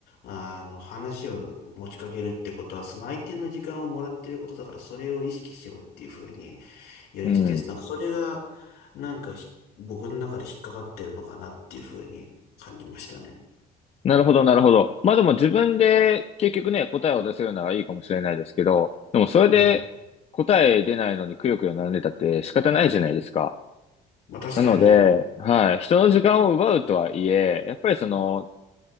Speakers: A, on the left; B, on the left.
A: あの話を持ちかけるってことは、その相手の時間をもらってることだから、それを意識しろっていうふうに言われてて、
B: うん。
A: なんかそれが、なんかひ僕の中で引っかかってるのかなっていうふうに感じましたね。
B: なるほど、なるほど。まあ、でも自分で結局ね、答えを出せるならいいかもしれないですけど、でもそれで答え出ないのにくよくよ悩んでたって仕方ないじゃないですか。
A: はい。まあ確かに、
B: なので、はい、人の時間を奪うとはいえ、やっぱりその、